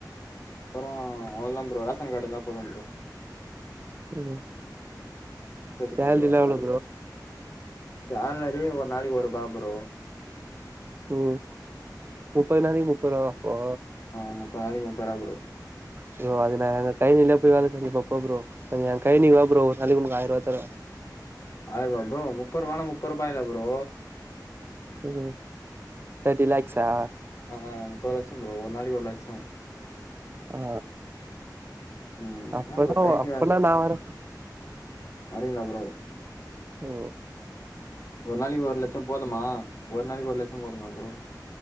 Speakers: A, on the left; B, on the right.
A: அப்பற அவ்ளதான் ப்ரோ ரேஷன் கார்டு இருந்த போது ப்ரோ
B: ம்
A: சேத்துட்டே
B: சேலரிலா
A: ப்ரோ உங்க
B: எவ்ளோ
A: வேலைக் சாலரி ஒரு நாளைக்கு ஒருபா ப்ரோ
B: ம் முப்பது நாளைக்கு முப்பது ரூவாயா ப்ரோ
A: ஆ முப்பது நாளைக்கு முப்பது ரூவா ப்ரோ
B: ப்ரோ அதுனா டைம்மிங்ளே போய் வேல செஞ்சிருப்பே போ ப்ரோ அ எ கம்பெனிக்கு வா ப்ரோ ஒரு நாளைக்கு உனக்கு ஆயர்ரூவா தரே
A: ஆயர்வா ப்ரோ முப்பது ரூவானா முப்பது ரூபா இல்லயா ப்ரோ
B: ம் தேர்ட்டி லாக்ஸா
A: ஆ ஹா முப்பது லட்ச ப்ரோ ஒரு நாளைக்கு ஒரு லட்ச
B: ஆ
A: ம்
B: அப்பனா
A: என்ன ப்ரோ தனித்தனியாவு
B: அப்பனா
A: இருக்
B: நா வரே
A: அப்டிங்ளா ப்ரோ
B: ஓ
A: ஒரு நாளைக்கு ஒரு லட்ச போதுமா ஒரு நாளைக்கு ஒரு லட்ச போதுமா ப்ரோ